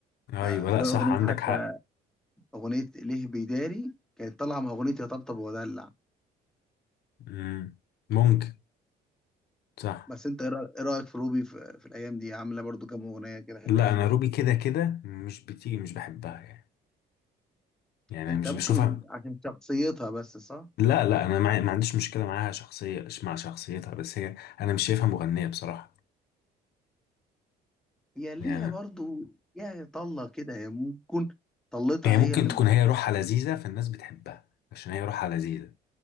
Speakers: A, on the left; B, in the centre.
A: ايوه
B: فلو
A: لا صح
B: اغنيه
A: عندك
B: حتى
A: حق
B: اغنيه ليه بيداري كانت طالعه مع اغنيه يا طبطب ودلع
A: مم. ممكن صح
B: بس انت ايه رأ- إيه رايك في روبي في, في الايام دي عامله برضو كام اغنيه كده حلوين
A: لا انا
B: يعني
A: روبي كده كده مش بتيجي مش بحبها يعني يعني
B: انت
A: أنا مش
B: ممكن
A: بشوفها
B: مش عشان شخصيتها بس صح
A: لا لا انا مع... ما عنديش مشكله معاها شخصيه مع شخصيتها بس هي انا مش شايفها مغنيه بصراحه
B: هي ليها
A: يعني
B: برضو يا طله كده هي ممكن طلتها
A: هي ممكن
B: هي اللي
A: تكون
B: مخليها
A: هي روحها لذيذه فالناس بتحبها عشان هي روحها لذيذه